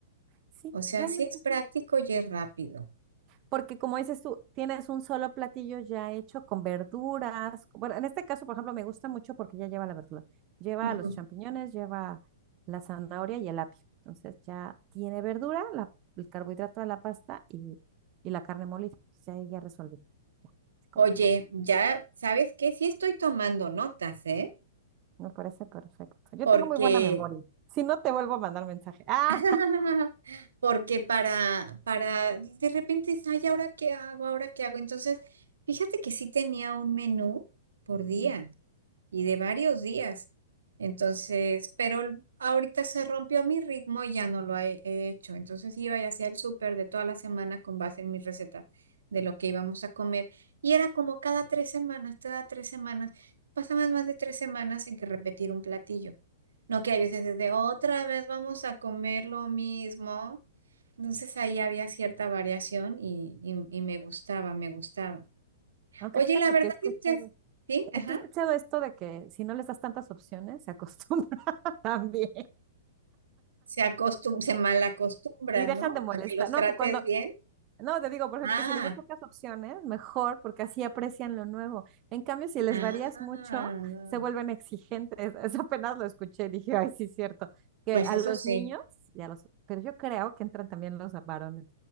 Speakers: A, on the right; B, on the right.
A: Sí,
B: o sea,
A: realmente.
B: sí es práctico y es rápido.
A: Porque como dices tú, tienes un solo platillo ya hecho con verduras. Bueno, en este caso, por ejemplo, me gusta mucho porque ya lleva la verdura. Lleva
B: Ujú.
A: los champiñones, lleva la zanahoria y el apio. Entonces ya tiene verdura, la- el carbohidrato de la pasta y, y la carne molida. Entonces, ya ahí ya resolví. Ya, así como,
B: Oye, ya sabes que sí estoy tomando notas, ¿eh?
A: me parece perfecto. Yo
B: Porque,
A: tengo muy buena memoria. Si no, te vuelvo a mandar mensaje. Ah,
B: <laughs> porque para, para, de repente, es, ay, ¿ahora qué hago? ¿Ahora qué hago? Entonces, fíjate que sí tenía un menú por día
A: Mm.
B: y de varios días. Entonces, pero l- ahorita se rompió mi ritmo y ya no lo he, he hecho. Entonces iba y hacía el súper de toda la semana con base en mis recetas de lo que íbamos a comer. Y era como cada tres semanas, cada tres semanas. Pasaban más de tres semanas en que repetir un platillo. No que hay veces desde otra vez vamos a comer lo mismo. Entonces ahí había cierta variación y, y- y me gustaba, me gustaba.
A: aunque
B: Oye,
A: fíjate
B: la verdad
A: que he escuchado,
B: es que, ¿sí? Ajá.
A: he escuchado esto de que si no les das tantas opciones, se acostumbran <laughs> también.
B: se acostum se mal acostumbra,
A: Y dejan
B: ¿no?
A: de molestar.
B: A que los
A: No,
B: trates
A: que cuando,
B: bien.
A: no, te digo, por ejemplo,
B: Ah,
A: que si les das pocas opciones, mejor, porque así aprecian lo nuevo. En cambio, si les
B: ah,
A: varías mucho, se vuelven exigentes. <laughs> Eso apenas lo escuché, dije, ay, sí, es cierto. Que
B: pues
A: a
B: eso
A: los
B: sí.
A: niños, y a los, pero yo creo que entran también los varones.